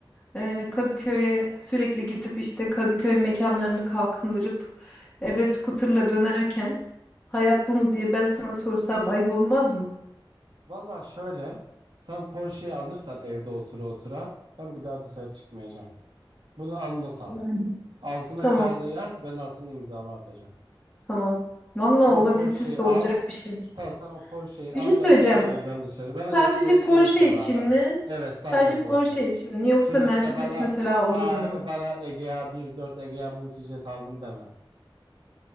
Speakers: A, on the left (about 20°); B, on the right (about 70°).
A: Eee, Kadıköy'e sürekli gidip işte Kadıköy mekanlarını kalkındırıp eve scooter'la
B: Hı hı.
A: dönerken hayat bu mu diye ben sana sorsam ayıp olmaz mı?
B: Valla şöyle sen Porsche'yi alırsan evde otura otura ben bir daha dışarı çıkmayacağım. Bunu al not al.
A: Yani.
B: Altına
A: Tamam,
B: kağıda yaz ben altına imzamı atacağım.
A: tamam. Vallahi
B: Sen
A: olabilitesi
B: o Porsche'yi
A: olacak
B: al.
A: bir şey.
B: Tamam sen o Porsche'yi
A: Bir şey
B: al
A: söyleyeceğim.
B: ben bir daha evden dışarı. Bana
A: Sadece
B: elektronik
A: Porsche
B: kelepçe
A: için
B: bağla.
A: mi?
B: Evet sadece
A: Sadece
B: Porsche.
A: Porsche için mi? Yoksa
B: Tutup
A: Mercedes
B: da bana
A: mesela
B: ha
A: olur mu?
B: bana Egea bir dört Egea Multijet aldım deme.